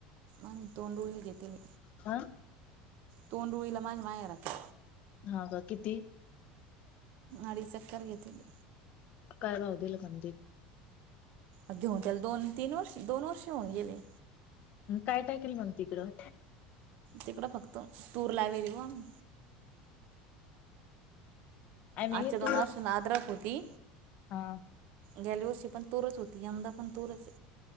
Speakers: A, on the right; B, on the left.
A: आम्ही तोंडवली घेतलं.
B: आ
A: तोंडुळीला माझ्या मायारात.
B: हा का किती?
A: अडीच एकर घेतली.
B: काय भाव दिले.
A: घेऊन त्याला दोन तीन वर्ष, दोन वर्षे होऊन गेले.
B: काय काय केलं मग तिकडं
A: तिकडं फक्त तूर लावेलआमी
B: आम्ही
A: आजच्या दोन
B: तू
A: वर्षां आद्रक होती.
B: हा
A: गेल्या वर्षी पण तूरच होती यंदा पण तूरच